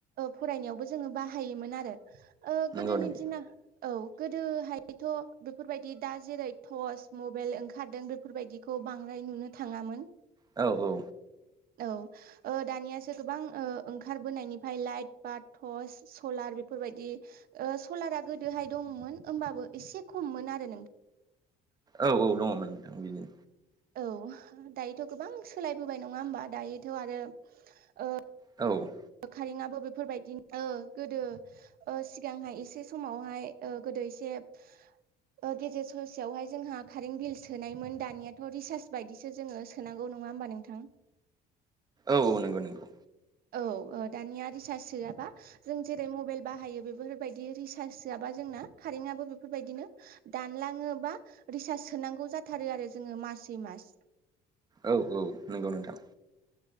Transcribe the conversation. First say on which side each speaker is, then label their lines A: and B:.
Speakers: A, on the right; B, on the right.
A: फरायनायावबो जोङो बाहायोमोन आरो। गोदोनि
B: नंगौ नंगौ
A: दिना औ गोदोहायथ' बेफोरबायदि दा जेरै टर्च, मबाइल ओंखारदों बे बेफोरबायदिखौ बांद्राय नुनो थाङामोन।
B: औ औ
A: औ ओ दानियासो गोबां ओ ओंखारबोनायनिफ्राय लाइट बा टर्स सलार बेफोरबायदि ओ सलारा गोदोहाय दंमोन होमबाबो एसे खममोन आरो नों
B: औ औ दङमोन नोंथां बिदिनो।
A: औ दायोथ' गोबां सोलायबोबाय नङा होमबा दायोथ' आरो ओ
B: औ
A: कारेंआबो बेफोरबायदि ओ गोदो सिगांहाय एसे समावहाय ओ गोदो एसे ओ गेजेर ससेयावहाय जोंहा कारेन्ट बिल सोनायमोन दानियाथ' रिसार्ज बायदिसो जोंङो सोनांगौ नङा होमबा नोंथां।
B: औ औ नंगौ नंगौ
A: औ ओ दानिया रिसार्च सोआबा जों जेरै मबाइल बाहायो बेफोरबायदि रिसार्ज होआबा जोंना कारेन्टआबो बेफोरबायदिनो। दानलाङोबा रिसार्च सोनांगौ जाथारो आरो जोङो मासै मास।
B: औ औ नंगौ नोंथां